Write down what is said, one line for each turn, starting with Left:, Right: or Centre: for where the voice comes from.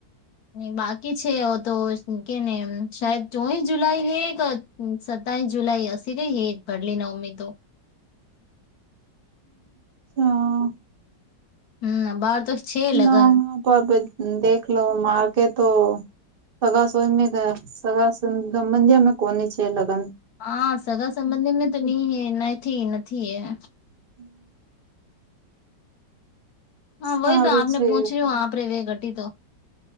Left: બાકી છે, <unintelligible> એઓ તો કે ને શહેદ ચોવીસ જુલાઈને એક સત્તાવીસ, જુલાઈ અ કઈ ભરલી નવમી તો
Right: હા
Left: હમ, બાર તો છે લગન
Right: ના, <unintelligible> હ પર દેખલો માારકે તો સગ સોઈ મે સગાબંધ્યામાં કોને છે, લગન
Left: હા, સગા સંબંધી મેં <unintelligible> તો ની હૈ નહી, હ નથી એે
Right: હમ..
Left: હા,
Right: સારું
Left: વય તો આપને
Right: છે
Left: પહચ્યું, આપ રેવે ઘટી તો